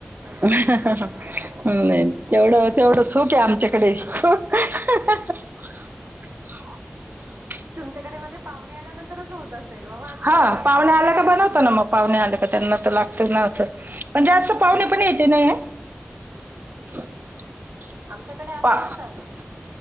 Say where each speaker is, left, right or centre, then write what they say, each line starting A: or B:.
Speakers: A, on the right (about 50°); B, on the right (about 65°).
A: नाही तेवढं, तेवढं सुख आहे. आमच्या <unintelligible>
B: तुमच्याकडे मध्ये पाहुणे आल्यानंतरच होत, असेल. बाबा आज
A: हा
B: येणार
A: पाहुणे आल्या का बनवतो. ना मग पाहुणे आल्या त्यांना तर लागत, ना असं पण जास्त
B: हम्म
A: पाहुणे पण येते नाही <unintelligible>
B: आमच्याकडे असतात
A: पा
B: चालू.